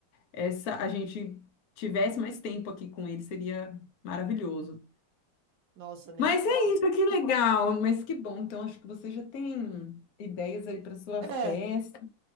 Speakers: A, on the left (about 80°); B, on the right (about 70°).
A: essa a gente tivesse mais tempo aqui com ele, seria maravilhoso.
B: Nossa, nem
A: Mas
B: me fala.
A: é isso, que legal, mas que bom. Então acho que você já tem ideias aí para sua
B: É,
A: festa.